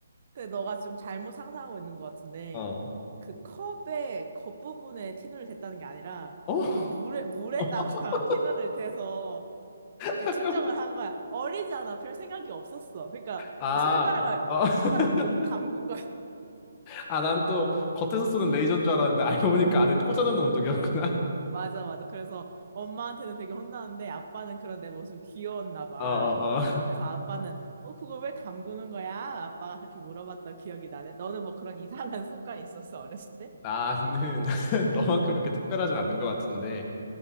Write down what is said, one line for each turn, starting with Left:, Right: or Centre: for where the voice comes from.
Right: 근데 너가 좀 잘못 상상하고 있는 것 같은데
Left: 어.
Right: 그 컵의 겉부분에 티눈을 댔다는 게 아니라
Left: 어?
Right: 그 물에 물에다가
Left: <laughs>
Right: <laughs> 티눈을 대서 이렇게
Left: 잠깐만.
Right: 측정을 한 거야. 어리잖아. 별 생각이 없었어. 그러니까
Left: 아,
Right: 그 손가락을
Left: 어. <laughs>
Right: 손가락을 쿡 담근
Left: 아, 난 또 겉에서 쏘는 레이저인 줄 알았는데 알고 보니까 안에 꽂아놓는 운동이었구나.
Right: 맞아, 맞아. 그래서 엄마한테는 되게 혼나는데 아빠는 그런 내 모습이 귀여웠나
Left: <laughs>
Right: 봐.
Left: 어, 어, 어.
Right: 그래서 아빠는 어, 그걸 왜 담그는 거야? 아빠가 그렇게 물어봤던 기억이 나네. 너는 뭐 그런 이상한 습관이 있었어, 어렸을 때?
Left: 나는 <laughs> 너만큼 그렇게 특별하진 않은 것 같은데.